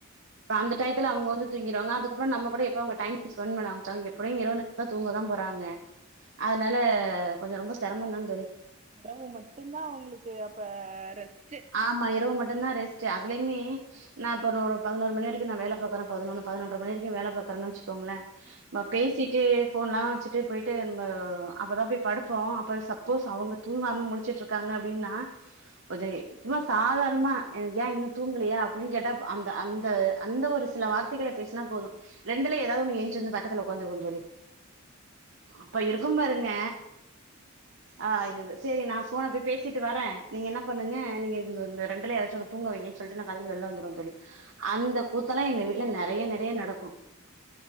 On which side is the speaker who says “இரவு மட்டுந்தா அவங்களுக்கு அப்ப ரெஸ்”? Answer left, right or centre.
Right